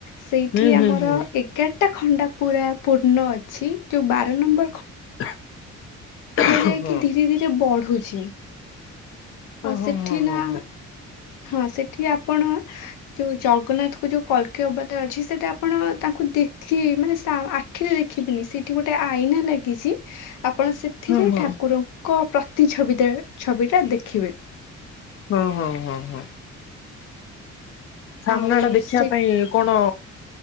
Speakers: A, on the left; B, on the left.
A: ସେଇଠି
B: ହୁଁ ହୁଁ
A: ଆମର
B: ହୁଁ
A: ଗେଟା ଖଣ୍ଡା ପୁରା ପୂର୍ଣ୍ଣ ଅଛି ଯୋଉ ବାର ନମ୍ବର ଖ
B: <unintelligible>
A: କୁହାଯାଏ
B: ହଁ
A: କି ଧୀରେ ଧୀରେ ବଢୁଛି।
B: ହଁ
A: ଆଉ ସେଠି
B: ହଁ
A: ନା
B: ହଁ ହଁ
A: ହଁ ସେ ଠି ଆପଣ ଯୋଉ ଜଗନ୍ନାଥ କୁ ଯୋଉ କଳ୍କୀ ଅବତାର ଅଛି ସେଟା ଆପଣ ତାଙ୍କୁ ଦେଖି ଏମାନେ ଶା ଆଖିରେ ଦେଖିଥିଲି ସେଠି ଗୋଟେ ଆଇନା ଲାଗିଚି ଆପଣ ଏଥିରେ
B: ହଁ ହଁ।
A: ଠାକୁରଙ୍କ ପ୍ରତି ଛବି ଟା ଛବି ଟା ଦେଖିବେ।
B: ହଁ ହଁ ହଁ ହଁ। ସାମ୍ନା
A: ଆଉ
B: ଟା ଦେଖିବା
A: ସେ
B: ପାଇଁ କଣ